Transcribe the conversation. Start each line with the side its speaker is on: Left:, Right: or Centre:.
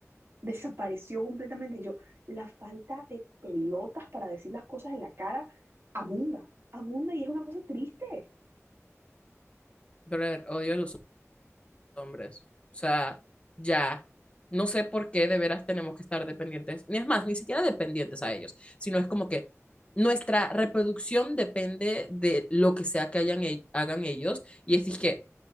Right: desapareció completamente. Yo, la falta de pelotas para decir las cosas en la cara abunda, abunda y es una cosa triste.
Left: Brother, odio a los hombres. O sea, ya. No sé por qué de veras tenemos que estar dependientes, ni es más, ni siquiera dependientes a ellos, sino es como que nuestra reproducción depende de lo que sea que hayan, e- hagan ellos, y es que